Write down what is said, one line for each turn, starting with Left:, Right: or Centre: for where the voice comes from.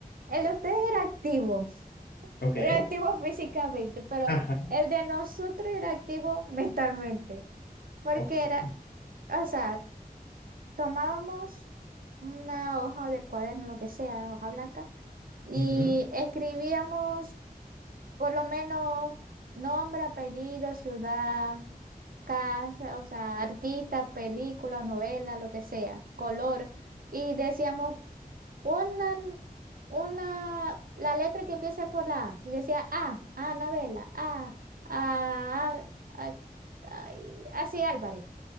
Right: el de ustedes era activo.
Left: Ok,
Right: Era activo físicamente, pero
Left: ajá,
Right: el de nosotros era activo <laughs> mentalmente, porque
Left: ok,
Right: era, o sea, tomábamos una hoja del cuaderno, lo que sea, hoja blanca, y
Left: ujú,
Right: escribíamos por lo menos nombre, apellido, ciudad, casa, o sea, artista, película, novela, lo que sea, color. Y decíamos una, una, la letra que empieza por la A. Y decía A, Anabela, A, A, A, A- ay, así Álvarez.